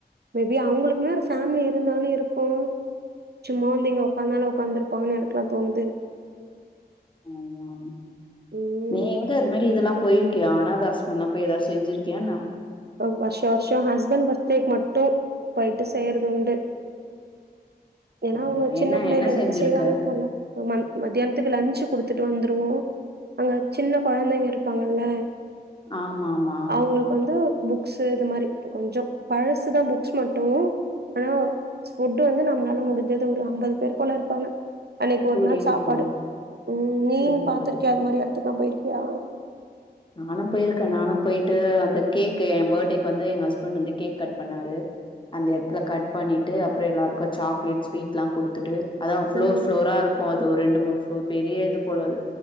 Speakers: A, on the right; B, on the left.
A: மேபி அவங்களுக்குமே ஒரு பேமிலி இருந்தாலும் இருக்கும் சும்மா வந்து இங்க உக்காந்தாலும் உக்காந்து இருப்பாங்கன்னு எனக்கு எல்லாம் தோணுது
B: உம்
A: ம்.
B: நீ எங்க அது மாதிரி இதெல்லாம் போயிருக்கியா ஆனாதா ஆஸ்ரமுலாம் போய் ஏதோ செஞ்சிருக்கியா என்ன
A: வருஷோ வருஷோ ஹஸ்பண்ட் பர்த்டேக்கு மட்டும் போய்ட்டு செய்றதுண்டு ஏன்னா
B: அப்படியா?
A: அவங்க சின்ன
B: என்ன
A: பிள்ளைல
B: என்ன
A: இருந்து
B: செஞ்சிருக்க?
A: செய்வாங்க போல மந் மத்தியானத்துக்கு லன்ச்சு குடுத்துட்டு வந்துருவோ அங்க சின்ன குழந்தைங்க இருப்பாங்கல்ல
B: ஆமாமா.
A: அவுங்களுக்கு வந்து புக்ஸ் இது மாரி கொஞ்சொ பழசு தா புக்ஸ் மட்டு ஆனா ஃபுட் வந்து நம்மளால முடிஞ்சது ஒரு ஐம்பது பேர் போல இருப்பாங்க அன்னைக்கு ஒரு
B: புரியுது,
A: நாள் சாப்பாடு
B: புரியுது,
A: உம் நீ
B: புரியுது,
A: பாத்திருக்கியா
B: புரியுது.
A: அது மாரி இடத்துக்கலா போயிருக்கியா
B: நானும் போயிருக்கேன் நானும் போயிட்டு அந்த கேக் என் பர்த்டேக்கு வந்து எங்க ஹஸ்பண்ட் வந்து கேக் கட் பண்ணாரு அந்த இடத்துல கட் பண்ணிட்டு அப்றோ எல்லாருக்கும் சாக்லேட் ஸ்வீட் எல்லாம் குடுத்துட்டு அதா ஃப்ளோர்
A: ம்.
B: ஃப்ளோரா இருக்கும் அது ஒரு ரெண்டு மூணு ஃப்ளோர் பெரிய இது போல இது